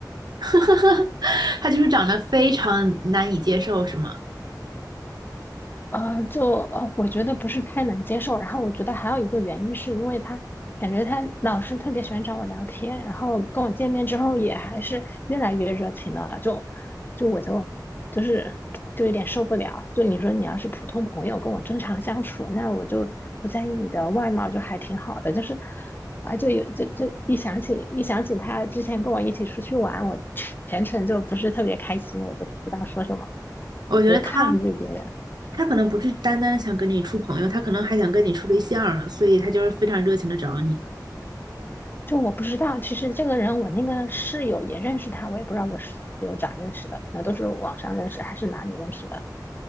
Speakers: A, on the right (about 70°); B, on the left (about 30°).
A: <laughs> 他就是长得非常难以接受，是吗？
B: 呃，就呃，我觉得不是太能接受。然后我觉得还有一个原因是因为他感觉他老是特别喜欢找我聊天，然后跟我见面之后也还是越来越热情了。就就我就就是就有点受不了。就你说你要是普通朋友跟我正常相处，那我就不在意你的外貌，就还挺好的。就是啊，就有就就一想起一想起他之前跟我一起出去玩，我全程就不是特别开心，我就不知道说什么，
A: 我觉得他
B: 我就抗拒别人。
A: 他可能不是单单想跟你处朋友，他可能还想跟你处对象，所以他就是非常热情的找你。
B: 就我不知道，其实这个人我那个室友也认识他，我也不知道我室友咋认识的，可能都是网上认识还是哪里认识的，